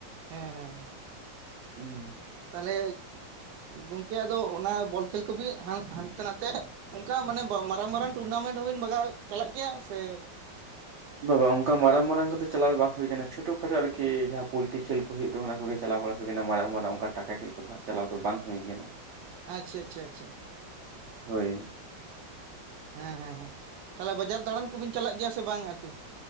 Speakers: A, on the right (about 70°); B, on the right (about 85°).
A: ᱦᱮᱸᱻᱦᱮᱸᱻᱦᱮᱸ
B: ᱦᱩᱸ
A: ᱛᱟᱦᱚᱞᱮ ᱜᱚᱝᱠᱮ ᱟᱫᱚ ᱚᱱᱟ ᱵᱚᱞ ᱠᱷᱮᱞ ᱠᱚᱵᱤ ᱦᱟᱱᱛᱮ ᱱᱟᱛᱮ ᱚᱱᱠᱟ ᱢᱟᱱᱮ ᱢᱟᱨᱟᱝ ᱢᱟᱨᱟᱝ ᱴᱩᱨᱱᱟᱢᱮᱱᱴ ᱦᱚᱸᱵᱤᱱ ᱵᱟᱜᱟᱣ ᱪᱟᱞᱟᱜ ᱜᱮᱭᱟ ᱥᱮ
B: ᱵᱟᱵᱟ ᱚᱱᱠᱟ ᱢᱟᱨᱟᱝ ᱢᱟᱨᱟᱝ ᱠᱚᱫᱚ ᱪᱟᱞᱟᱣ ᱵᱟᱝ ᱦᱩᱭ ᱟᱠᱟᱱᱟ ᱪᱷᱳᱴᱳ ᱠᱷᱟᱴᱳ ᱟᱨᱠᱤ ᱡᱟᱦᱟᱸ ᱯᱚᱞᱴᱤ ᱠᱷᱮᱞ ᱠᱚ ᱦᱩᱭᱩᱜ ᱠᱟᱱᱟ ᱟᱳ ᱚᱱᱟ ᱠᱚᱜᱮ ᱪᱟᱞᱟᱣ ᱵᱟᱲᱟ ᱦᱩᱭ ᱠᱟᱱᱟ ᱢᱟᱨᱟᱝ ᱢᱟᱨᱟᱝ ᱚᱱᱠᱟ ᱴᱟᱠᱟ ᱠᱷᱮᱞ ᱠᱚᱫᱚ ᱪᱟᱞᱟᱣ ᱫᱚ ᱵᱟᱝ ᱦᱩᱭᱟᱱᱟ
A: ᱟᱪᱪᱷᱟ ᱟᱪᱷᱟ ᱟᱪᱷᱟ
B: ᱦᱳᱭ
A: ᱦᱮᱸ ᱦᱮᱸ ᱦᱮᱸ ᱛᱟᱦᱚᱞᱮ ᱵᱟᱡᱟᱨ ᱫᱟᱬᱟᱱ ᱠᱚᱵᱤᱱ ᱪᱟᱞᱟᱜ ᱜᱮᱭᱟ ᱥᱮ ᱵᱟᱝ ᱟᱨᱠᱤ